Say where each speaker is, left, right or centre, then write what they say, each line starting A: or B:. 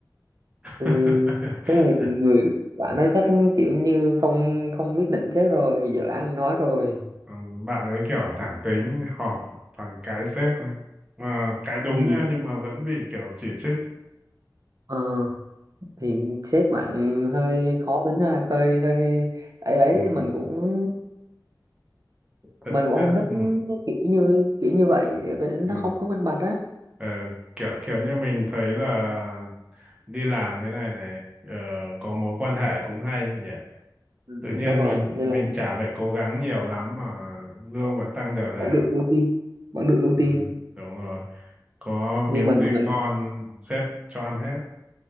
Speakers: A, on the right (about 15°); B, on the right (about 50°).
A: <laughs>
B: ui thế này người bạn ấy chắc kiểu như không không biết định sếp rồi giờ ăn nói rồi
A: Ừ, bạn ấy kiểu thẳng tính họp toàn cãi sếp thôi mà cãi đúng
B: ừ
A: nha nhưng mà vẫn bị kiểu chỉ trích
B: ờ, thì sếp bạn hơi khó tính ha hơi hơi ấy ấy
A: ừ,
B: mình cũng
A: thế,
B: mình cũng
A: thế,
B: không
A: ừ,
B: thích kiểu như kiểu như vậy vì nó
A: ừ.
B: không có minh bạch á
A: Ờ, kiểu kiểu như mình thấy là đi làm thế này này ờ, có mối quan hệ cũng hay nhỉ
B: ừ,
A: tự nhiên
B: đúng rồi
A: mình
B: nên
A: mình
B: là
A: chả phải cố gắng nhiều lắm mà lương vẫn tăng đều đều
B: vẫn được ưu tiên vẫn được ưu
A: ừ,
B: tiên
A: đúng rồi có miếng
B: nhưng mình
A: gì
B: mình
A: ngon sếp cho ăn hết